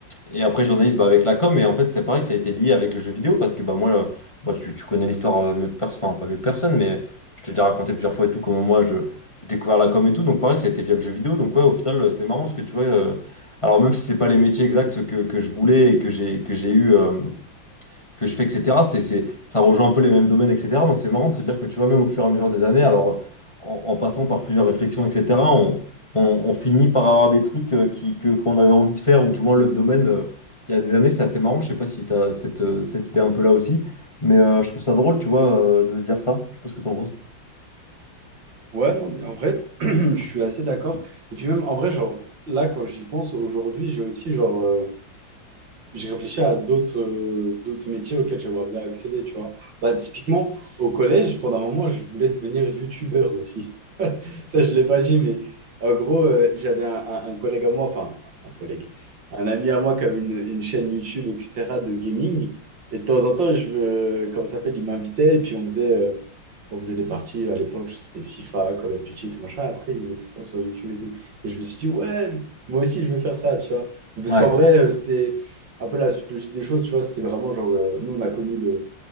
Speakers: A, on the left (about 15°); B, on the right (about 70°).
A: et après, journaliste, bah, avec la com, et en fait, c'est pareil, ça a été lié avec le jeu vidéo, parce que bah, moi, euh, bah, tu, tu connais l'histoire euh, mieux que personne, enfin, pas mieux que personne, mais je t'ai déjà raconté plusieurs fois et tout, comment moi, je, j'ai découvert la com et tout, donc pareil, ça a été via le jeu vidéo, donc ouais, au final, euh, c'est marrant, parce que tu vois, euh, alors même si c'est pas les métiers exacts que, que je voulais et que j'ai que j'ai eu euh, que je fais, etc. C'est, c'est, ça rejoint un peu les mêmes domaines, etc. Donc c'est marrant de se dire que tu vois, même au fur et à mesure des années, alors en, en passant par plusieurs réflexions, etc., on, on, on finit par avoir des trucs euh, qui, que, qu'on avait envie de faire, ou du moins le domaine, euh, il y a des années, c'était assez marrant. Je sais pas si tu as cette, euh, cette idée un peu là aussi, mais euh, je trouve ça drôle, tu vois, euh, de se dire ça. Je sais pas ce que t'en penses.
B: Ouais, non, mais en vrai, <clears throat> je suis assez d'accord. Et puis même, en vrai, genre, là, quand j'y pense, aujourd'hui, j'ai aussi, genre, euh, j'ai réfléchi à d'autres euh, d'autres métiers auxquels j'aimerais bien accéder, tu vois. Bah, typiquement, au collège, pendant un moment, je voulais devenir youtubeur aussi. <laughs> Ça, je ne l'ai pas dit, mais en gros, euh, j'avais un, un- un collègue à moi, enfin, un collègue, un ami à moi qui avait une, une chaîne YouTube, etc., de gaming. Et de temps en temps, je, me- comment ça s'appelle, il m'invitait et puis on faisait, euh, on faisait des parties à l'époque, c'était FIFA, Call of Duty, tout machin. Après, ils mettaient ça sur YouTube et tout. Et je me suis dit, ouais, moi aussi, je vais faire ça, tu vois. Parce
A: Ouais,
B: qu'en vrai, euh, c'était un peu la suite logique des choses, tu vois. C'était vraiment genre, euh, nous, on a connu le,